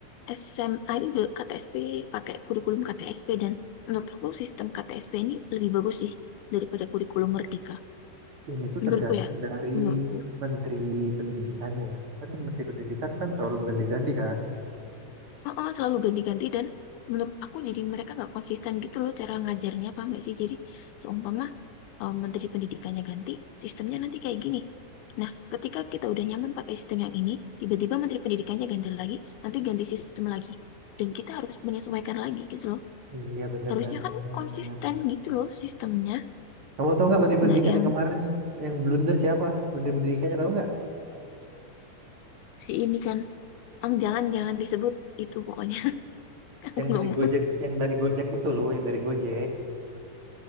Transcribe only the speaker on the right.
Ini tuh
tergantung
dari
Menteri Pendidikannya ya. Kan Menteri Pendidikan kan terlalu berganti-ganti kan.
Iya bener
banget.
Kamu tahu nggak Menteri Pendidikan
yang kemarin yang blunder siapa? Menteri Pendidikannya tahu nggak?
Yang
dari
Gojek, yang dari Gojek itu loh, yang dari Gojek.